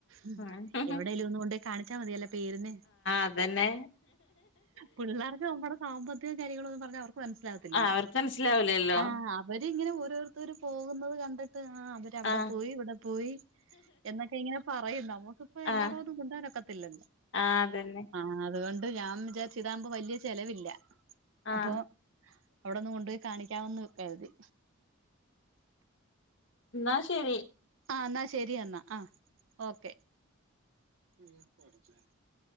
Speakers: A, on the right; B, on the left.
A: ഉം
B: ആഹ്
A: എവിടേലൊന്ന്കൊണ്ടോയി... കാണിച്ചാ മതിയല്ലൊ പേരിന്.
B: അതന്നെ
A: പിള്ളേർക്ക് നമ്മടെ.... സാമ്പത്തിക കാര്യങ്ങളൊന്നും പറഞ്ഞാ അവർക്ക് മൻസിലാവത്തില്ലല്ലൊ.
B: ആഹ് അവർക്ക് മനസ്സിലാവൂലല്ലോ
A: ആഹ് വരിങ്ങനെ ഓരോരുത്തര് പോകുന്നത് കണ്ട്ട്ട് ആഹ് അവര് അവ്ടെ
B: ആഹ്
A: പോയി, ഇവ്ടെ പോയി എന്നൊക്കെ ഇങ്ങനെ പറയും. നമുക്കിപ്പൊ എല്ലായിവും
B: ആഹ്
A: ഒന്നും കൊണ്ടോവാൻ ഒക്കത്തില്ലല്ലാ.
B: ആഹ് അതന്നെ
A: ആഹ് അതുകൊണ്ട് ഞാ വിചാര്ച്ച് താവ്‌മ്പൊ വല്ല്യ ചെലവില്ല.
B: ആഹ്
A: അപ്പൊ അവ്ടൊന്ന് കൊണ്ടോയി കാണിക്കാമെന്ന് കര്തി.
B: എന്നാ ശരി
A: ആഹ് ന്നാ ശരിയെന്നാ ആഹ്. ഓക്കെ <unintelligible> ച്ചാ